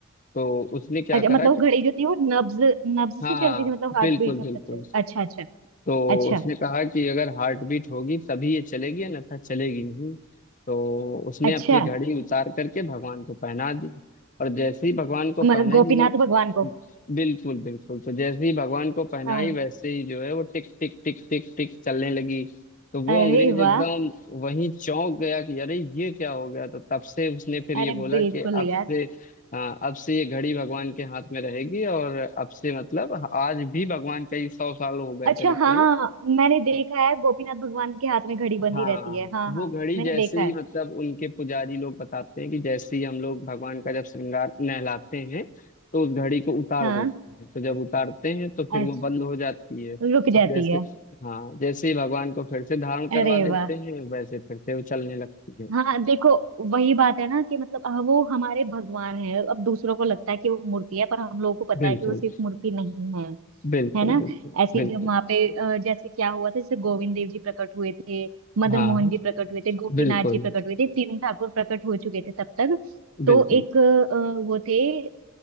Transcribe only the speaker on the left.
तो उसने क्या
करा
कि
हाँ
बिल्कुल
बिल्कुल
तो
उसने कहा कि अगर हार्ट बीट होगी तभी ये चलेगी अन्यथा चलेगी नहीं तो उसने
अपनी घड़ी उतार करके भगवान को पहना दी और जैसे ही भगवान को पहनाई
वो
बिल्कुल बिल्कुल तो जैसे ही भगवान को पहनाई
वैसे ही जो है वो टिक टिक टिक टिक टिक चलने लगी तो वो
अंग्रेज एकदम
वहीं चौंक गया कि अरे ये क्या हो गया तो तब से उसने फिर ये
बोला
कि अब
से हाँ, अब से ये घड़ी भगवान के हाथ में रहेगी और अब से मतलब आज भी भगवान कई सौ साल हो गए
करीब
करीब
हाँ
वो
घड़ी
जैसे
ही
मतलब उनके पुजारी लोग बताते हैं कि जैसे ही हम लोग भगवान का जब श्रृंगार नहलाते हैं तो उस घड़ी को उतार
देते हैं तो जब उतारते हैं तो फिर
वो बंद हो जाती है
और
जैसे
हाँ जैसे ही भगवान को फिर से धारण करवा
देते
हैं वैसे फिर से वो चलने लगती है
बिल्कुल
बिल्कुल
बिल्कुल
बिल्कुल
हाँ
बिल्कुल
बिल्कुल